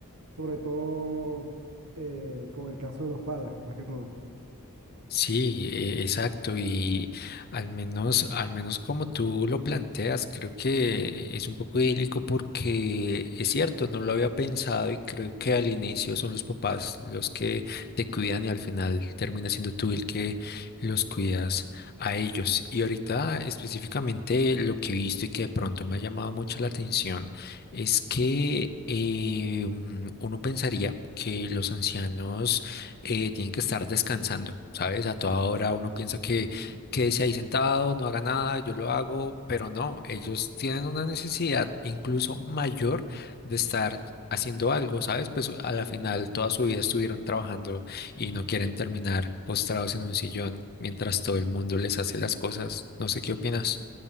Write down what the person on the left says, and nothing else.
Sí, e- exacto. Y al menos, al menos como tú lo planteas, creo que es un poco idílico porque es cierto, no lo había pensado y creo que al inicio son los papás los que te cuidan y al final termina siendo tú el que los cuidas a ellos. Y ahorita específicamente lo que he visto y que de pronto me ha llamado mucho la atención es que eh, mm, uno pensaría que los ancianos eh, tienen que estar descansando, ¿sabes? A toda hora uno piensa que
quédese ahí sentado, no haga nada, yo lo hago, pero no, ellos tienen una necesidad incluso mayor de estar haciendo algo, ¿sabes? Pues a la
final toda su vida estuvieron trabajando y
no quieren terminar postrados en un sillón mientras todo el mundo les hace las cosas. No sé qué opinas.